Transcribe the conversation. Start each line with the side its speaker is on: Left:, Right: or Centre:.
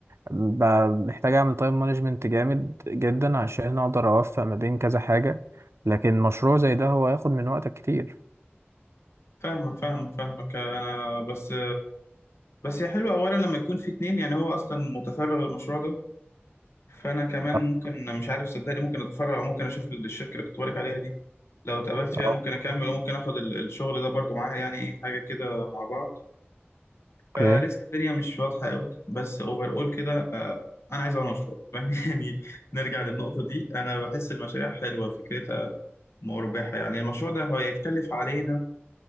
Right: ب- محتاج اعمل تايم مانجمنت جامد جدا عشان اقدر اوفق ما بين كذا حاجه لكن مشروع زي ده هو هياخد من وقتك كتير
Left: فاهمك فاهمك فاهمك انا بس بس هي حلوة اولا لما يكون في اتنين يعني هو اصلا متفرغ للمشروع ده فانا كمان
Right: آه.
Left: ممكن مش عارف صدقني ممكن اتفرغ او ممكن اشوف الشركة اللي كنت بقولك عليها دي لو اتقابلت فيها
Right: اه
Left: ممكن اكمل وممكن اخد ال- الشغل ده برضو معاها يعني ايه حاجة كده مع بعض فلسه
Right: اوكي
Left: الدنيا مش واضحة قوي بس اوفر اول كده آه، انا عايز اعمل مشروع <laughs> يعني نرجع للنقطة دي انا بحس المشاريع حلوة فكرتها مربحة يعني المشروع ده هو يتكلف علينا